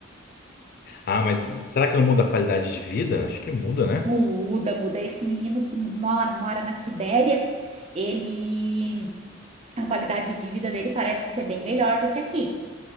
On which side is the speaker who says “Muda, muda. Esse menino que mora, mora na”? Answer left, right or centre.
Right